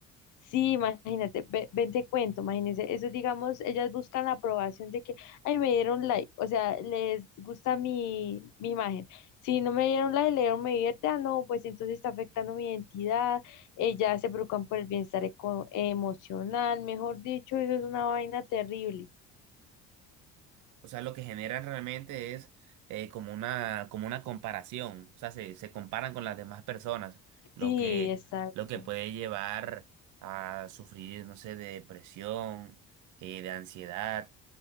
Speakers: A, on the left (about 65°); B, on the right (about 65°).
A: sí, imagínate, ve, ven te cuento, imagínense, eso digamos, ellas buscan la aprobación de que, ay, me dieron like, o sea, les gusta mi, mi imagen, si no me dieron like, le dieron me divierte, ah, no, pues entonces está afectando mi identidad, ellas se preocupan por el bienestar eco- emocional, mejor dicho, eso es una vaina terrible.
B: O sea, lo que generan realmente es eh, como una, como una comparación. O sea, se, se comparan con las demás personas, lo
A: Sí,
B: que,
A: exacto.
B: lo que puede llevar a sufrir, no sé, de depresión, eh, de ansiedad.